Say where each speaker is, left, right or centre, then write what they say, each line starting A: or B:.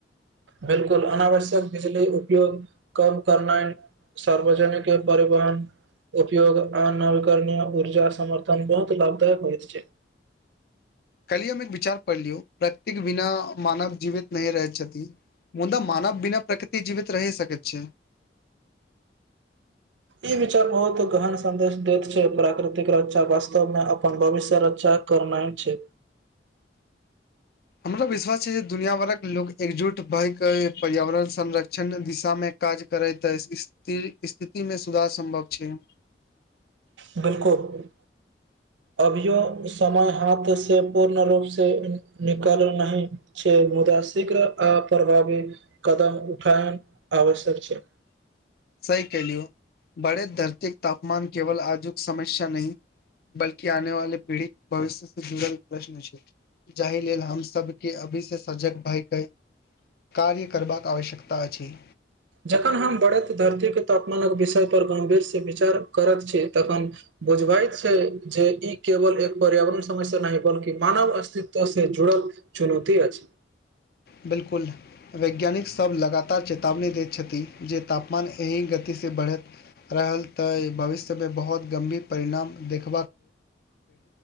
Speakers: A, on the right; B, on the left.
A: बिलकुल, अनावश्यक बिजली उपयोग कम करनाय सार्वजनिक परिवहन उपयोग आ नविकरणीय ऊर्जा समर्थन बहुत लाभदायक होइत छै।
B: कली अम एक विचार पढ़लियौ प्रत्येक बिना मानव जीवित नहिं रहै छथि मुद मानव बिना प्रकृति जीवित रहि सके छैय।
A: ई विचार बहुत गहन संदेश देैत छैय, प्राकृतिक रक्षा वास्तव मे अपन भविष्य रक्षा करनाइ छैय।
B: हमरा विश्वास छैय जे दुआियाभरक लोको एकजुट भएके पर्यावरण संरक्षण दिशामे काज करै तऽ स्थिति स्थितिमे सुधार सम्भव छैय।
A: बिलकुल अभियो समय हाथ से पूर्ण रूप से निकल नहि छैय मुदा शीघ्र आ प्रभावी कदम उठायन आवश्यक छैय।
B: सही कलियौ बड़े धरते तापमान केवल आजुक समस्या नहि बल्कि आने वाले पीढ़ी भविष्य से जुड़ल प्रश्न छैय, जाहि लेल हम सबके अभी से सजग भय के कार्य करबाक आवश्यकता अछि।
A: जखन हम बरैत धरती क तापमानक विषय पर गम्भीर से विचार करत छी तखन बुझबाइत छै जे ई केवल एक पर्यावरण समस्या नाहि बल्कि मानव अस्तित्व से जुड़ल चुनौती अछि।
B: बिल्कुल, वैज्ञानिक सब लगातार चेतावनी दैत छथि जे तापमान एहि गति से बढ़ैत रहल तऽ ई भविष्य में बहुत गम्भीर परिणाम देख